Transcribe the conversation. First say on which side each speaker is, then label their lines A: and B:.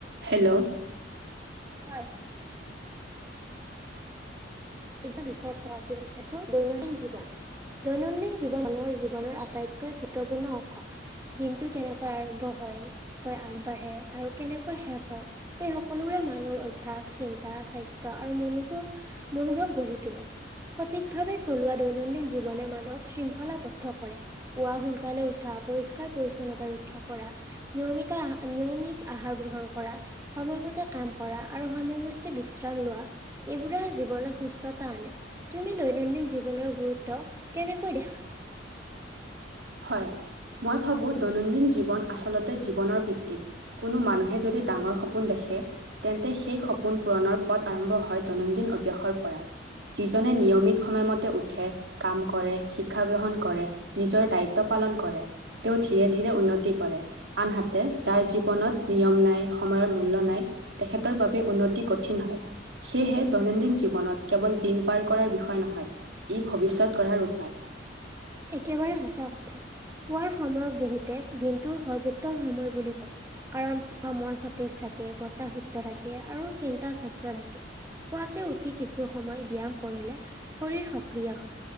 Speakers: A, on the right; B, on the right.
A: Hello.
B: হয়।
A: <unintelligible>
B: <inaudible> বিচাৰিছো দৈনন্দিন জীৱন। দৈনন্দিন জীৱন মানুহৰ জীৱনৰ আটাইতকৈ গুৰুত্বপূৰ্ণ অংশ। দিনটো কেনেকৈ আৰম্ভ হয়, কৈ আগবাঢ়ে আৰু কেনেকৈ শেষ হয় এই সকলোৰে মানুহৰ অভ্যাস, চিন্তা, স্বাস্থ্য আৰু মনোভোগ গঢ়ি তোলে। সঠিক ভাৱে চলোৱা দৈনন্দিন জীৱনে মানুহক শৃংখলাবদ্ধ কৰে। পুৱা সোনকালে উঠা পৰিষ্কাৰ, পৰিছন্নতা ৰক্ষা কৰা। নিয়মিত আহাৰ, নিয়মিক আহাৰ গ্ৰহণ কৰা। সময়মতে কাম কৰা আৰু সময়মতে বিশ্ৰাম লোৱা। এইবোৰে জীৱনত সুস্থতা আনে। তুমি দৈনন্দিন জীৱনৰ গুৰুত্ব কেনেকৈ দেখা?
A: হয় মই ভাবো দৈনন্দিন জীৱন আচলতে জীৱনৰ ভিত্তি। কোনো মানুহে যদি ডাঙৰ সপোন দেখে তেন্তে সেই সপোন পুৰণৰ পথ আৰম্ভ হয় দৈনন্দিন অভ্যাসৰ পৰা যিজনে নিয়মিত সময়মতে উঠে, কাম কৰে, শিক্ষা গ্ৰহণ কৰে নিজৰ দায়িত্ব পালন কৰে। তেওঁ ধীৰে ধীৰে উন্নতি কৰে। আনহাতে যাৰ জীৱনত নিয়ম নাই, সময়ৰ মূল্য নাই তেখেতৰ বাবে উন্নতি কঠিন হয়। সেয়েহে দৈনন্দিন জীৱনত কেৱল দিন পাৰ কৰাৰ বিষয় নহয় ই ভৱিষ্যত গঢ়াৰ উপায়।
B: একেবাৰে সঁচা কথা পুৱাৰ সময়ক বহুতে দিনটোৰ সৰ্বোত্তম সময় বুলি কয়। কাৰণ ত মন সতেজ থাকে বতাহ শুদ্ধ থাকে, আৰু চিন্তা সস্থ থাকে। পুৱাতে উঠি কিছু সময় ব্যায়াম কৰিলে শৰীৰ সক্ৰিয় হয়।